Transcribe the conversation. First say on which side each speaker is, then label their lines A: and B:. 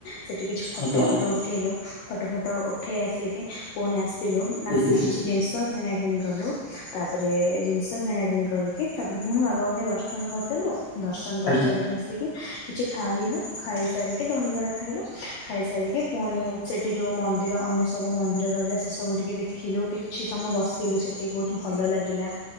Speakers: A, on the left; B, on the left.
A: ସେଠି କିଛି ଫଟୋ
B: ଆଜ୍ଞା
A: ଫୋଟ ଉଠେଇଲୁ ଫଟୋ ଫୋଟ ଉ ଉଠେଇ ଆସିକି ପୁଣି ଆସିଲୁ ଆସିକି
B: ଆଜ୍ଞା
A: କିଛି ଜିନିଷ କିଣା କିଣି କଲୁ। ତାପରେ ଜିନିଷ କିଣା କିିଣି କରି କି ତାପରେ ପୁଣି ବାବାଙ୍କୁ ଟିକେ ଦର୍ଶନ କରିଦେଲୁ ଦର୍ଶନ କରିସାରିକି
B: ଆଜ୍ଞା
A: ଆସିକି କିଛି ଖାଇଲୁ ଖାଇସାରିକି ଦହିବରା ଖାଇଲୁ। ଖାଇ ସାରିକି ପୁଣି ସେଠି ଯୋଉ ମନ୍ଦିର ଅନ୍ୟ ସବୁ ମନ୍ଦିର ରହିଲା ସେ ସବୁ ଟିକେ ଦେଖିଲୁ। କିଛି ସମୟ ବସିଲୁ ସେଠି ବହୁତ ଭଲ ଲାଗିଲା